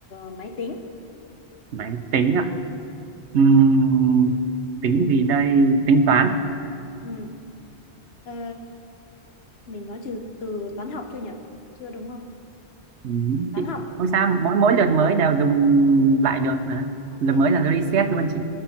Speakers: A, on the left; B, on the right.
A: máy tính.
B: máy tính ạ
A: Ừ.
B: Ừm, tính gì đây tính toán
A: Ừ. Ờ, mình nói từ từ toán học chưa nhỉ? Chưa đúng không?
B: Ừm,
A: Toán
B: chị
A: học.
B: không sao mỗi mỗi lượt mới đều dùng lại được mà
A: Ok,
B: lượt mới là reset luôn chị